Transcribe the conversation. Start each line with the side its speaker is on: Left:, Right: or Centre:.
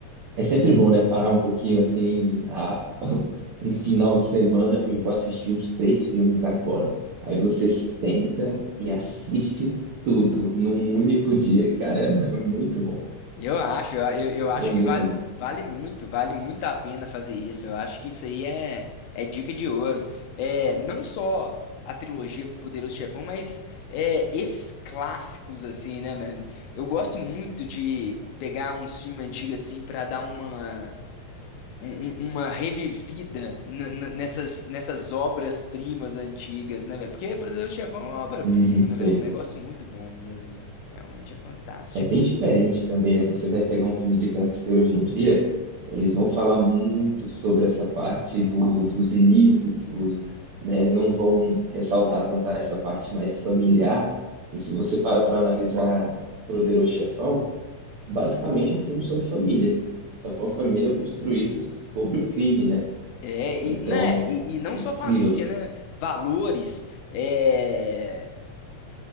Right: É sempre bom, né? Parar um pouquinho assim, a- <laughs> um final de semana, eu vou assistir os três filmes agora. Aí você senta e assiste tudo num único dia. Cara, é, é muito bom.
Left: Eu acho, eu, eu eu acho
Right: É muito
Left: que va-
Right: bom.
Left: vale muito, vale muito a pena fazer isso. Eu acho que isso aí é, é dica de ouro. É, não só a trilogia Poderoso Chefão, mas é, esses clássicos, assim, né, velho? Eu gosto muito de pegar um filme antigo, assim, pra dar uma. um- um- uma revivida n- n- nessas, nessas obras-primas antigas, né, velho? Porque Poderoso Chefão é uma obra-prima,
Right: Uhum,
Left: né,
Right: sei.
Left: velho? É um negócio muito bom mesmo, velho. Realmente é fantástico.
Right: É bem diferente também, né? Você vai pegar um filme de gangster hoje em dia, eles vão falar muito sobre essa parte do, dos ilícitos, né? Não vão ressaltar tanto essa parte mais familiar. E se você para para analisar Poderoso Chefão, basicamente é um filme sobre família, só que uma família construída sobre o crime, né?
Left: É, e,
Right: Então,
Left: né, e, e não
Right: é incrível.
Left: só família,
Right: cara.
Left: né? Valores, é,